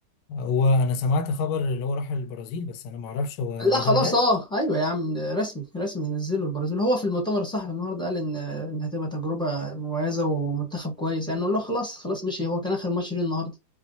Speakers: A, on the left; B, in the centre.
A: هو انا سمعت خبر اللي هو راح البرازيل بس انا ما اعرفش هو هو
B: لا خلاص
A: ده بجد
B: اه ايوه يا عم رسمي رسمي نزله البرازيل هو في المؤتمر الصحفي النهارده قال ان ان هتبقى تجربه مميزه ومنتخب كويس يعني نقول له خلاص خلاص مشي هو كان اخر ماتش ليه النهارده